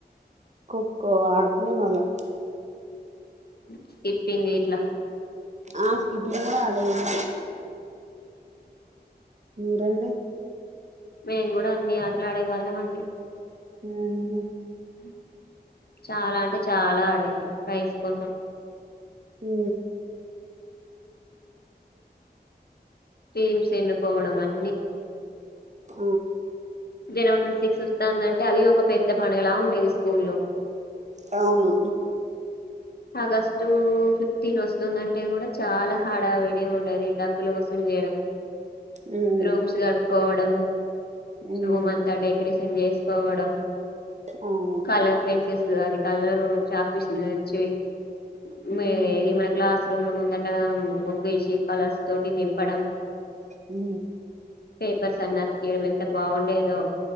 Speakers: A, on the right; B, on the left.
A: ఖోఖో ఆడుకునే వాళ్ళం
B: స్కిప్పింగ్ ఇట్ల
A: ఆ స్కిప్పింగ్ గూడా అడే వారమండీ. మీరండి
B: మేము కూడా అన్ని ఆటలు ఆడేవాళ్ళం అండి
A: ఊ.. ఉ
B: అ చాలా అంటే చాలా ఆడేది ప్రైస్ కోసం
A: ఊ..
B: టీమ్స్ ఎన్నుకోవడం అన్ని
A: ఆ
B: జనవరి ట్వంటి సిక్స్ వస్తుందం అది ఒక పెద్ద పండుగలా ఉండేది స్కూల్లో
A: ఆ అవును
B: ఆగస్టు ఫిఫ్టీన్ వస్తుందంటే గూడా చాలా హాడావిడి ఉండేది డబ్బులు వసూలు జేయడం.
A: హ్మ్
B: రూమ్స్ గడుక్కోవడం
A: హ్మ్
B: రూమ్ అంతా డెకరేషన్ చేసుకోవడం
A: అవును
B: కలర్ పెన్సిల్ అది కలరు చాక్ పీసులు తెచ్చి <unintelligible>
A: హ్మ్
B: ఇది మన క్లాస్ రూమ్ లా ముందట ముగ్గేసి కలర్స్ తోటి నింపడం
A: ఊ
B: పేపర్స్ అన్నీ అతికీయబీమ్ బావుండేదో